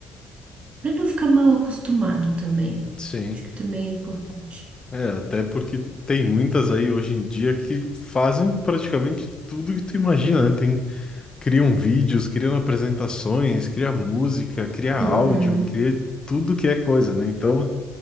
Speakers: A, on the right (about 35°); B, on the left (about 25°).
A: para não ficar mal acostumado também.
B: sim.
A: Acho que também é importante.
B: É, até porque tem muitas aí hoje em dia que fazem praticamente tudo que tu imagina, né? Tem criam vídeos, criam apresentações, cria música, cria áudio,
A: Uhum,
B: cria tudo que é coisa, né? Então